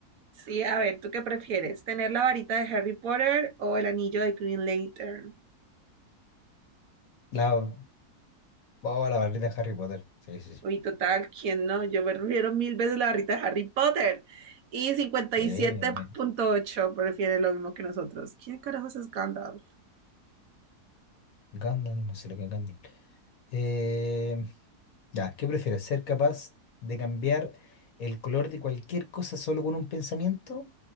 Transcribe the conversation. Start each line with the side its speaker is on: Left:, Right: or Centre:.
Right: Sí, a ver, ¿tú qué prefieres? ¿Tener la varita de Harry Potter o el anillo de Green Lantern?
Left: La, oh, la barrita de Harry Potter. Sí, sí, sí.
Right: Uy, total, ¿quién no? Yo prefiero mil veces la barrita de Harry Potter. Y 57.8
Left: Sí, obviamente.
Right: prefiere lo mismo que nosotros. ¿Quién carajos es Gandalf?
Left: Gandalf, no sé lo que es Gandalf. Eh, ya, ¿qué prefieres? ¿Ser capaz de cambiar el color de cualquier cosa solo con un pensamiento